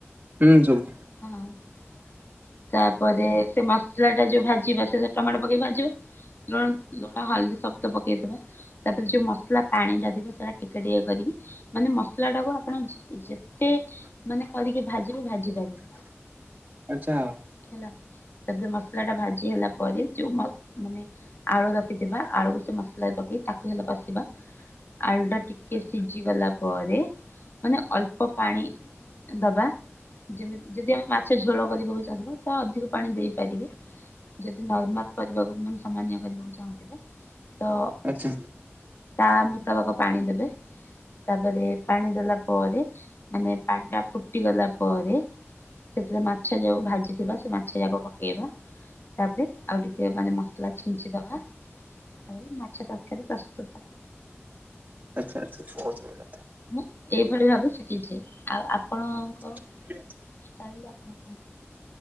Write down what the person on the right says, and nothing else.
<unintelligible>
ଆଚ୍ଛା।
ଆଚ୍ଛା।
ଆଚ୍ଛା ଆଛା। ବହୁତ୍ ନ
<inaudible>